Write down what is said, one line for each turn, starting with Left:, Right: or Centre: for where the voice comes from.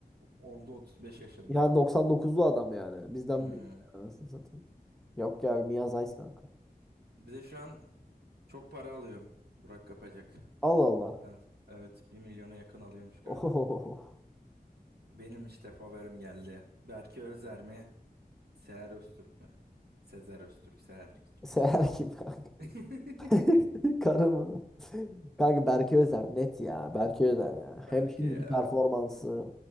Right: oldu 35 yaşında.
Centre: Yani 99'lu adam yani. Bizden
Right: Hmm.
Centre: büyük. yani Anasını satayım. Yok ya Miyaz Ays kanka.
Right: Bir de şu an çok para alıyor Burak Kapacak.
Centre: Allah Allah.
Right: Ben evet bir milyona yakın alıyormuş galiba.
Centre: <laughs> Oho.
Right: Benim işte favorim geldi. Berke Özer mi? Seher Öztürk mü? Sezer Öztürk, Seher. kim?
Centre: Seher kim kanka?
Right: <laughs>
Centre: <laughs> Karı mı? Kanka Berke Özer net ya. Berke Özer ya.
Right: Berke
Centre: Hem şimdiki
Right: ya.
Centre: performansı.